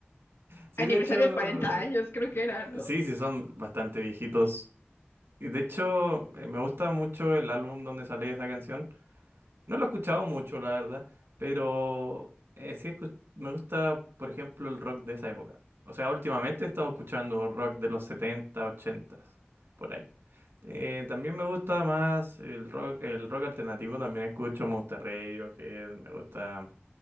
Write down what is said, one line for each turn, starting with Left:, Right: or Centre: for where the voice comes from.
Right: sí,
Left: aniversario
Right: de hecho,
Left: de 40 años, creo que era, ¿no?
Right: sí, sí, son bastante viejitos. Y de hecho, eh, me gusta mucho el álbum donde sale esa canción. No lo he escuchado mucho, la verdad, pero eh, sí escu- me gusta, por ejemplo, el rock de esa época. O sea, últimamente he estado escuchando rock de los 70 80, por ahí. Eh, también me gusta más el rock, el rock alternativo, también escucho, me gusta Radiohead, me gusta